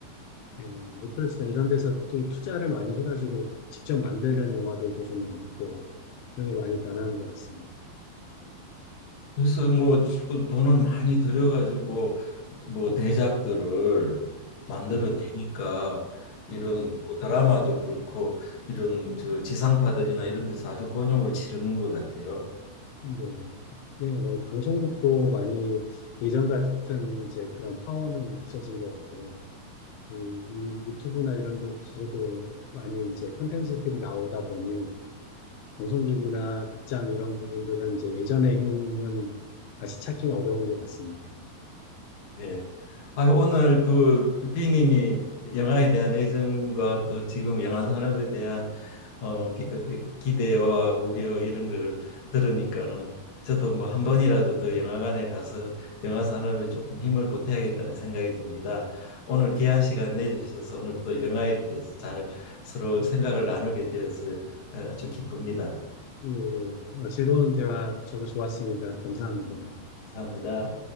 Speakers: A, on the left; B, on the left.
A: 어, 넷플릭스나 이런 데서 또 투자를 많이 해가지고 직접 만드는 영화들도 좀 많고 그런 게 많이 변한 것 같습니다.
B: 그래서 뭐 그 돈을 많이 들여가지고 뭐 대작들을 만들어내니까
A: 네,
B: 이런
A: 네,
B: 뭐 드라마도 그렇고 이런 저 지상파들이나 이런 데서 아주 곤욕을 치르는 것 같아요.
A: 네. 이제 어, 방송국도 많이 예전 같은 이제 그런 파워는 없어진 것 같고요. 그, 이 유튜브나 이런 데서도 많이 이제 콘텐츠들이 나오다 보니 방송국이나 극장 이런 부분들은 이제 예전의 힘은 다시 찾기는 어려운 것 같습니다.
B: 네. 아, 오늘 그 비님이 영화에 대한 애정과 또 지금 영화 산업에 대한 어, 기, 대와 우려 이런 거를 들으니까는 저도 뭐 한 번이라도 더 영화관에 가서 영화 산업에 조금 힘을 보태야겠다는 생각이 듭니다. 오늘 귀한 시간 내주셔서 오늘 또 영화에 대해서 잘 서로 생각을 나누게 되어서 어, 아주 기쁩니다.
A: 예, 예. 어, 즐거운 대화 저도 좋았습니다. 감사합니다.
B: 감사합니다.